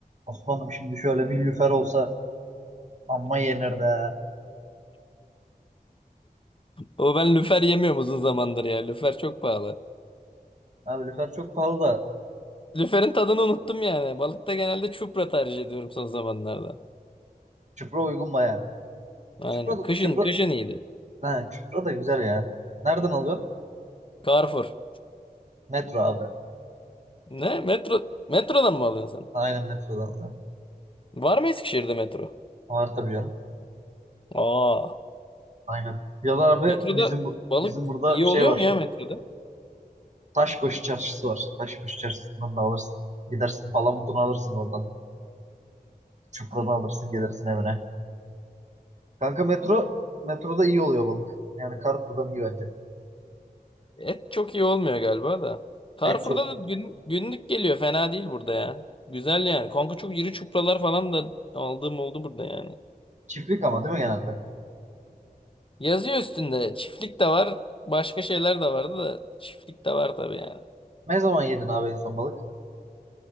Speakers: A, on the right; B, on the left.
A: Osman'ım şimdi şöyle bir lüfer olsa amma yenir de.
B: O ben lüfer yemiyorum uzun zamandır ya. Lüfer çok pahalı.
A: Abi lüfer çok pahalı da.
B: Lüferin tadını unuttum yani. Balıkta genelde çupra tercih ediyorum son zamanlarda.
A: Çıpra uygun baya.
B: Aynen.
A: Çıpra, da-
B: Kışın
A: çıpra,
B: kışın iyiydi.
A: he, çıpra da güzel ya. Nereden alıyorsun?
B: Carrefour.
A: Metro abi.
B: Ne? Metro metrodan mı alıyorsun sen?
A: Aynen metrodan alıyorum.
B: Var mı Eskişehir'de metro?
A: Var tabii canım.
B: Aa.
A: Aynen. Ya da abi
B: Metroda
A: bizim bu-
B: balık
A: bizim burada
B: iyi
A: şey
B: oluyor
A: var.
B: mu ya metroda?
A: Taşbaşı çarşısı var. Taşbaşı çarşısından da alırsın. Gidersin palamutunu alırsın oradan. Çıpranı alırsın gelirsin evine. Kanka metro metroda iyi oluyor balık. Yani Carrefour'dan iyi bence.
B: Et çok iyi olmuyor galiba da. Carrefour'da
A: Et çok
B: da gün, günlük geliyor. Fena değil burada ya. Güzel yani. Kanka çok iri çupralar falan da aldığım oldu burada yani.
A: çiftlik ama değil mi genelde?
B: Yazıyor üstünde. Çiftlik de var. Başka şeyler de vardı da çiftlik de var tabii yani.
A: Ne zaman yedin abi en son balık?